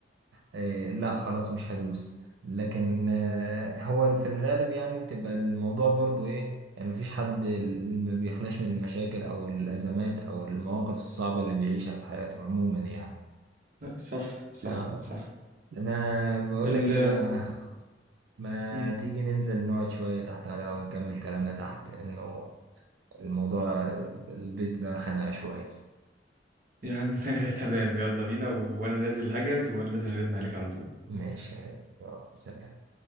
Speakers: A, on the right; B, on the right.
A: آه لا خلاص مش هدوس لكن آه هو في الغالب يعني بتبقى الموضوع برضو إيه يعني مفيش حد ما بيخلاش من المشاكل أو الأزمات أو المواقف الصعبة اللي بيعيشها في حياته عموما يعني
B: لا صح صح
A: آه.
B: صح
A: أنا بقول
B: ال
A: لك إيه بقى ما
B: مم.
A: تيجي ننزل نقعد شوية تحت على الهوا نكمل كلامنا تحت لأنه الموضوع البيت ده خانقة شوية
B: يا عم <laughs> تمام يلا بينا وانا نازل هجز وانا نازل هرن عليك على طول
A: ماشي يلا سلام